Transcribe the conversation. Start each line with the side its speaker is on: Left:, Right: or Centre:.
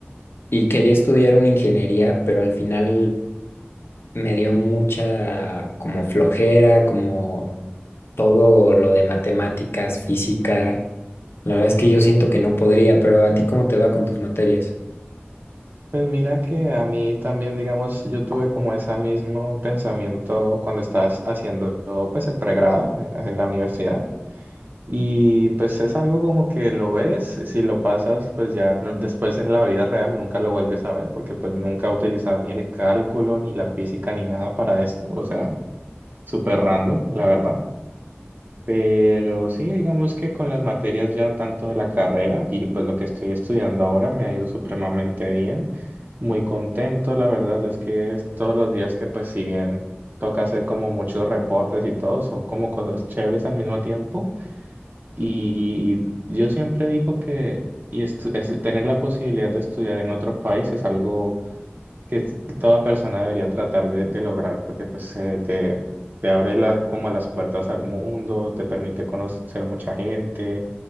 Left: y quería estudiar una ingeniería, pero al final me dio mucha como flojera, como todo lo de matemáticas, física. La verdad es que yo siento que no podría, pero ¿a ti cómo te va con tus materias?
Right: Pues mira que a mí también, digamos, yo tuve como ese mismo pensamiento cuando estás haciendo pues el pregrado en en la universidad y pues es algo como que lo ves, si lo pasas pues ya no- después en la vida real nunca lo vuelves a ver porque pues nunca he utilizado ni el cálculo, ni la física, ni nada para esto, o sea, súper random, la verdad. Pero sí, digamos que con las materias ya tanto de la carrera y pues lo que estoy estudiando ahora me ha ido supremamente bien. Muy contento, la verdad es que es todos los días que pues si bien toca hacer como muchos reportes y todo, son como cosas chéveres al mismo tiempo. Y yo siempre digo que y estu- es- tener la posibilidad de estudiar en otro país es algo que es- toda persona debería tratar de, de lograr, porque pues eh, te, te abre la, como las puertas al mundo, te permite conocer mucha gente